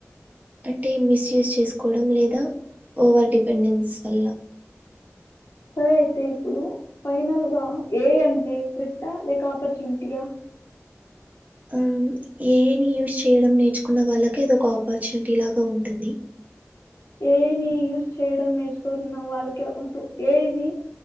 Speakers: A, on the right; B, on the left.
A: అంటే మిస్యూస్ చేసుకోవడం లేదా ఓవర్ డిపెండెన్స్ వల్ల
B: సరే అయితే ఇప్పుడు ఫైనల్ గా ఏ అంటే క్రిట్ లేక ఆపర్చునిటీయా
A: ఆ ఏని యూజ్ చేయడం నేర్చుకున్న వాళ్ళకే అది ఒక ఆపర్చునిటీ లాగా ఉంటుంది
B: ఏయిని యూజ చేయడం నేర్చుకుంటున్నా వాళ్ళకి ఏయిని